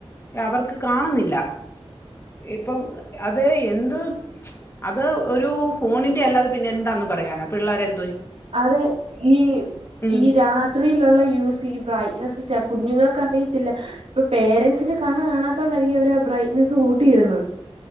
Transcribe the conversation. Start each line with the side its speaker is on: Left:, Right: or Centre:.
Left: അവർക്ക് കാണുന്നില്ല ഇ പ്പം അത് എന്ത് അത് ഒരു ഫോണിന്റെ അല്ലാതെ പിന്നെ എന്താന്ന് പറയാനാ പിള്ളാരെൻ
Right: അതെ ഈ
Left: ഉം
Right: ഈ രാത്രിയിലുള്ള യൂസീ ബ്രൈറ്റ്നസ്സ് ച്ചാ കുഞ്ഞുങ്ങൾക്ക് അറിയത്തില്ല ഇപ്പൊ പേരൻസിന് കണ്ണ് കാണാത്തോണ്ടായിരിക്കും അവര് ആ ബ്രൈറ്റ്നെസ്സ് കൂട്ടിയിടുന്നത്.